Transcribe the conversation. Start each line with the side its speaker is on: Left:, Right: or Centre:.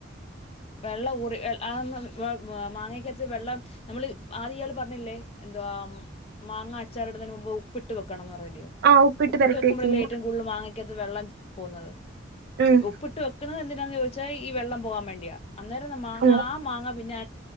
Left: വെള്ളം ഊറി <unintelligible> മാങ്ങക്കകത്ത് വെള്ളം നമ്മള് ആദ്യം ഇയാള് പറഞ്ഞില്ലേ എന്തുവാ മാങ്ങ അച്ചാർ ഇടുന്നതിന് മുമ്പ് ഉപ്പിട്ട് വെക്കണംന്ന്. <unintelligible> അല്ലിയോ
Right: ആ
Left: ഉപ്പിട്ട്
Right: പെരട്ടി
Left: വെക്കുമ്പഴല്ലേ
Right: വെക്കും ഞാൻ.
Left: ഏറ്റവും കൂടുതൽ മാങ്ങ ത്ത് വെള്ളം പോന്നത്
Right: ഉം
Left: ഉപ്പിട്ട് വെ എന്തിനാണെന്ന് ചോദിച്ചാ ഈ വെള്ളം പോകാൻ വേണ്ടിയാ അന്നേരം ന്ന മാങ്ങ
Right: ഉം
Left: ആ മാങ്ങ പിന്നെ